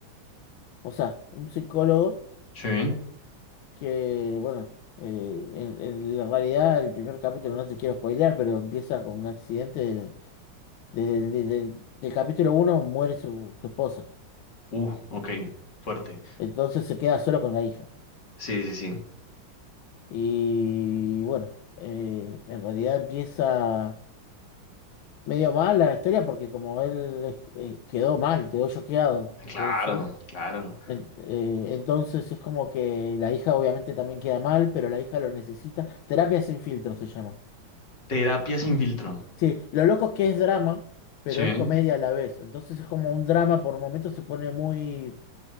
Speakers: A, on the left; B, on the left.
A: o sea, un psicólogo.
B: Sí.
A: que, bueno, eh, en, en la realidad el primer capítulo no te quiero spoilear, pero empieza con un accidente. Desde el desde el- del capítulo uno muere su, su esposa.
B: Uh, ok. Fuerte.
A: Entonces se queda solo con la hija.
B: Sí, sí, sí.
A: Y bueno, eh, en realidad empieza medio mal la historia porque como él es- eh, quedó mal, quedó choqueado
B: Claro,
A: de eso.
B: claro.
A: en- eh, Entonces es como que la hija obviamente también queda mal, pero la hija lo necesita. Terapia sin filtro se llama.
B: Terapia sin filtro.
A: Sí, lo loco es que es drama, pero
B: Sí,
A: es comedia a la vez. Entonces es como un drama, por momentos se pone muy